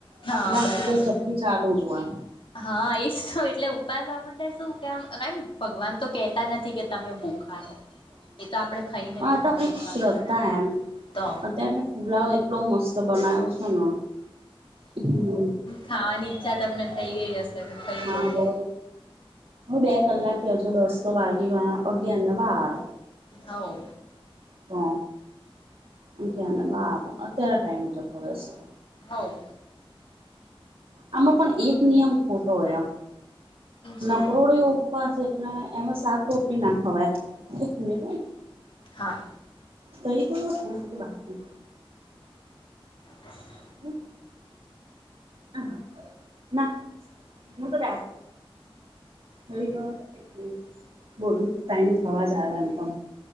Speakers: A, on the left; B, on the right.
A: હા
B: એટલે આખું
A: બરાબર
B: દિવસ ચકી ચાલુ જ હોય
A: હા એ જ શું એટલે ઉપાસ આપને શું કેમ ભગવાન તો કહેતા નથી કે તમે બ એ તો આપણે ખાઈને
B: આ
A: બી
B: તો
A: ઘણો
B: આપડી
A: ઉપવાસ
B: શ્રદ્ધા
A: કરાય
B: એમ
A: તો
B: અત્યારે મેં ફુલાવ એટલો મસ્ત બનાવ્યો છે ને હમ
A: ખાવાની ઈચ્છા તમને થઈ ગઈ હશે કે ખાઈ
B: હા
A: લઉં
B: બો હું બે કલાકે હજુ દસ તો વાગ્યા અગિયારને બાર
A: હા
B: તો અગિયાર ને બાર અત્યારે ટાઈમ જતો રહેશે
A: હવ
B: આમાં પણ એક નિયમ ખોટો હોય આમ
A: શું
B: નકરોડી ઉપવાસ એટલે એમાં શાક રોટલી ના ખવાય એક મિનિટ હો
A: હા
B: થઈ ગયો ટાઇમ કે બાકી?
A: હ
B: હમ હ હા ના હું તો બે હ બોલ ટાઈમ થવા જ આયો એમ પણ